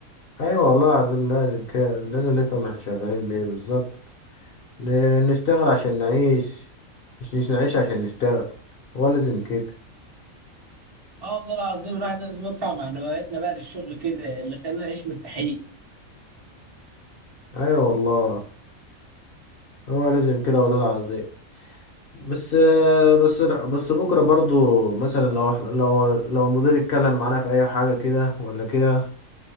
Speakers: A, on the left; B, on the right.
A: ايوه والله العظيم لازم كده لازم نفهم احنا شغالين ليه بالظبط ن... نشتغل عشان نعيش مش مش نعيش عشان نشتغل هو لازم كده
B: اه والله العظيم الواحد لازم يرفع معنوياتنا بقى للشغل كده اللي خلينا نعيش مرتاحين
A: ايوه والله هو لازم كده والله العظيم بس بس بس بكرة برضو مثلا لو إحنا- لو لو المدير اتكلم معانا في اي حاجة كده ولا كده